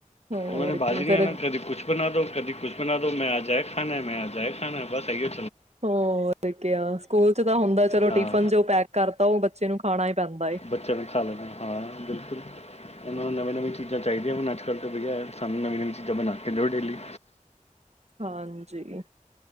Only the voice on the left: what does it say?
ਉਹਨਾਂ ਨੇ ਬਾਜਰੀ
ਨਾ ਕਦੀ ਕੁੱਛ ਬਣਾ ਦੋ ਕਦੀ ਕੁੱਛ ਬਣਾ ਦੋ ਮੈਂ ਅੱਜ ਏ ਖਾਣਾ ਮੈਂ ਅੱਜ ਇਹ ਖਾਣਾ ਏ ਬਸ ਇਹੀ ੀ
ਹਾਂ
ਬੱਚਿਆਂ ਨੇ ਖਾ ਲੈਣਾ ਹਾਂ ਬਿਲਕੁਲ ਇਹਨਾਂ ਨੂੰ ਨਵੀਂ ਨਵੀ ਚੀਜ਼ਾਂ ਚਾਹੀਦੀਆਂ ਹੁਣ ਅੱਜ ਕੱਲ੍ਹ ਤਾਂ ਵਧੀਆ ਸਾਨੂੰ ਨਵੀਂ ਨਵੀਂ ਚੀਜ਼ਾਂ ਬਣਾ ਕੇ ਦਿਉ ਡੇਲੀ